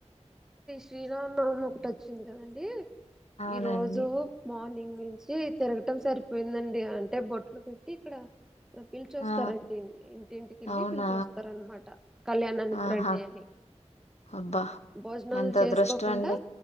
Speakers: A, in the centre; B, on the left (about 65°).
A: శ్రీరామ నవమి ఒకటి వచ్చింది కదండి
B: అవునండి
A: ఈ రోజు మా ర్నింగ్ నించి తిరగటం సరిపోయిందండి అంటే బొట్లు పెట్టి ఇక్కడ పిలిచ వస్తారండి
B: ఆ
A: ఇంటింటికెళ్ళి
B: అవునా
A: పిలిచస్తారనమాట కళ్యాణానికి
B: ఆహా
A: రండి అని
B: అబ్బా
A: భోజనాలు
B: ఎంత
A: చేసుకోకుండా
B: అదృష్టం అండి